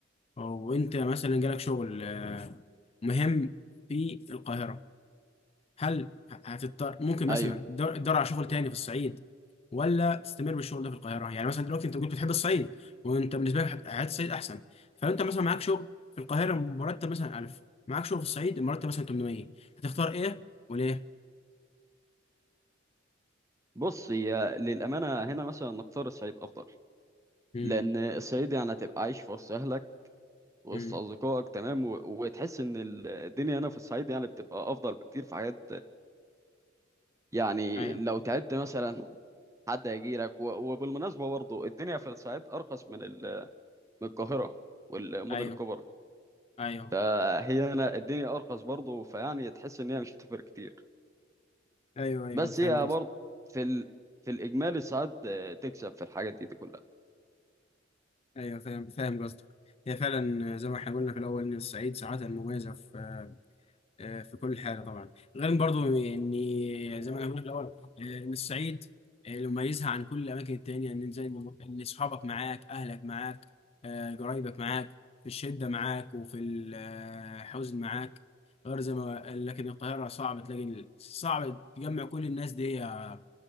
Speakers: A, on the left; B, on the right.
A: او انت مثلا جالك شغل آه، مهم في القاهره هل هتضطر ممكن مثلا
B: أيوه
A: تدور تدور على شغل تاني في الصعيد ولا تستمر بالشغل ده في القاهره يعني مثلا دلوقتي انت قلت بتحب الصعيد وانت بالنسبه لك حياه الصعيد احسن فلو انت مثلا معاك شغل في القاهره مرتب مثلا 1000 معاك شغل في الصعيد مرتب مثلا 800 هتختار ايه وليه؟
B: بص هي للأمانة هنا مثلا نختار الصعيد أفضل
A: امم
B: لأن الصعيد يعني هتبقى عايش في وسط أهلك وسط
A: امم
B: أصدقائك تمام و... وتحس إن الدنيا هنا في الصعيد يعني بتبقى أفضل بكتير في حاجات يعني
A: ايوه
B: لو تعبت مثلا حد هيجي لك و... وبالمناسبة برضه الدنيا في الصعيد أرخص من ال... من القاهرة والمدن
A: ايوه
B: الكبرى
A: ايوه
B: فهي هنا الدنيا أرخص برضه فيعني تحس إن هي مش هتفرق كتير
A: ايوه ايوه
B: بس
A: فاهم
B: هي
A: قصدك
B: برضه في ال... في الإجمالي الصعيد آه، تكسب في الحاجات دي, دي كلها
A: ايوه فاهم فاهم قصدك هي فعلا زي ما احنا قلنا في الاول ان الصعيد ساعات مميزه في آه، في كل حاجه طبعا غير برضو يعني زي ما انا قلت في الاول آه، ان الصعيد آه، اللي مميزها عن كل الاماكن التانيه ان زي ما بقول- ان اصحابك معاك اهلك معاك آه، قرايبك معاك في الشده معاك وفي ال- آه، الحزن معاك غير زي ما لكن القاهره صعب تلاقي ال- صعب تجمع كل الناس دي آه،